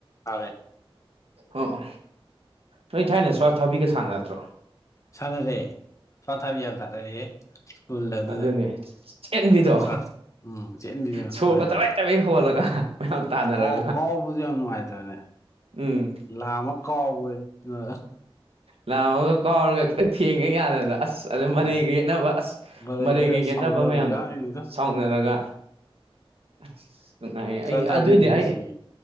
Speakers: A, on the left; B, on the right.
A: ꯑꯔꯦ
B: ꯑꯣ ꯑꯣ ꯅꯣꯏ ꯊꯥꯏꯅ ꯁ꯭ꯋꯥ ꯊꯥꯕꯤꯒ ꯁꯥꯥꯟꯅꯔꯛꯇ꯭ꯔꯣ
A: ꯁꯥꯟꯅꯔꯛꯑꯦ ꯁ꯭ꯋꯥ ꯊꯥꯕꯤ ꯌꯥꯝ ꯁꯥꯟꯅꯔꯛꯑꯦ ꯁ꯭ꯀꯨꯜꯗ ꯑꯗꯨꯗꯤ
B: ꯑꯗꯨꯅꯦ ꯆꯦꯟꯕꯤꯗꯣ
A: ꯁ꯭ꯋꯥ ꯎꯝ ꯆꯦꯟꯕꯤꯗꯣ
B: ꯁꯣꯔꯒ
A: ꯅꯨꯡꯉꯥꯏꯕꯅꯦ
B: ꯇꯕꯩ ꯇꯕꯩ ꯍꯣꯜꯂꯒ ꯃꯌꯥꯝ
A: ꯎꯝ
B: ꯇꯥꯟꯅꯔꯒ
A: ꯀꯥꯎ ꯀꯥꯎꯕꯁꯨ ꯌꯥꯝ ꯅꯨꯡꯉꯥꯏꯇ꯭ꯔꯥꯅꯦ
B: ꯎꯝ
A: ꯂꯥꯃ ꯀꯥꯎꯕ ꯑ
B: ꯂꯥꯝꯃꯒ ꯀꯥꯎꯔꯒ ꯈꯤꯇꯪ ꯊꯦꯡꯒꯤ ꯌꯥꯗꯗꯣ ꯑꯁ ꯑꯗꯨꯝ
A: ꯑ
B: ꯃꯔꯩꯒ ꯌꯦꯠꯅꯕ ꯑꯁ
A: ꯃꯔꯩ
B: ꯃꯔꯩꯒ
A: ꯑꯃ ꯂꯩꯔ
B: ꯌꯦꯠꯅꯕ
A: ꯁꯥꯎꯅꯕꯁꯨ
B: ꯃꯌꯥꯝꯗꯣ
A: ꯌꯥꯎꯔꯤꯅꯤꯗꯣ
B: ꯁꯥꯎꯅꯔꯒ ꯑꯁ ꯅꯨꯡꯉꯥꯏꯌꯦ
A: ꯁ꯭ꯋꯥ
B: ꯑꯩ
A: ꯊꯥꯕꯤ
B: ꯑꯗꯨꯅꯦ
A: ꯅꯨꯡꯁꯤꯌꯦ
B: ꯑꯩ